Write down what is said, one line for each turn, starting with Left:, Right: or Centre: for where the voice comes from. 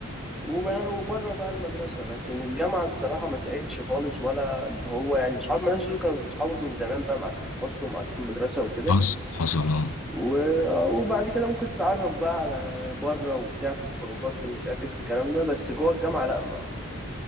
Centre: وبنا... وبره بقى المدرسه لكن الجامعه الصراحه ما ساعدتش خالص ولا اللي هو يعني صحاب المدرسه دول كانوا صحابك من زمان بقى معاك في الفصل ومعاك في المدرسه وكده
Left: حصل حصل اه
Centre: و- وبعد كده ممكن تتعرف بقى على بره وبتاع في الخروجات في مش عارف ايه في الكلام ده بس جوه الجامعة لا ما